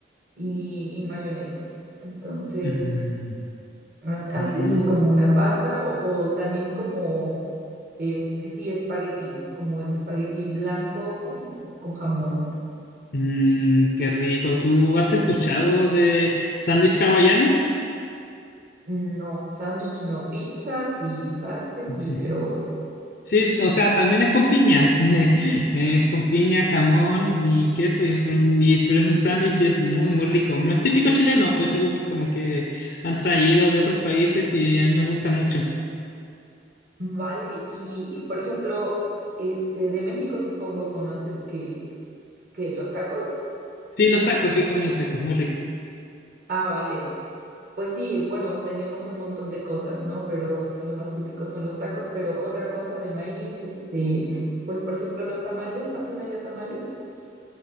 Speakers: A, on the right; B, on the left.
A: y, y mayonesa. Entonces,
B: Mm,
A: a- así
B: mm,
A: es, es como una pasta o, o también como, este, sí, espagueti, como el espagueti blanco con, con jamón.
B: mm, qué rico. ¿Tú has escuchado de sándwich hawaiano?
A: No, sándwich no, pizzas y pastes y
B: Sí.
A: pero
B: Sí, o sea, también es con piña. <laughs> Es con piña, jamón y queso, y, mm, y- pero es un sándwich y es muy, muy rico. No es típico chileno, pero es algo que como que han traído de otros países y a mí me gusta mucho.
A: vale. Y, y por ejemplo, este de México supongo conoces que, que los tacos.
B: Sí, los tacos, yo he comido tacos, muy rico.
A: Ah, vale. Pues sí, bueno, tenemos un montón de cosas, ¿no? Pero sí, lo más típico son los tacos, pero otra cosa de maíz, este, pues por ejemplo, los tamales, ¿hacen allá tamales?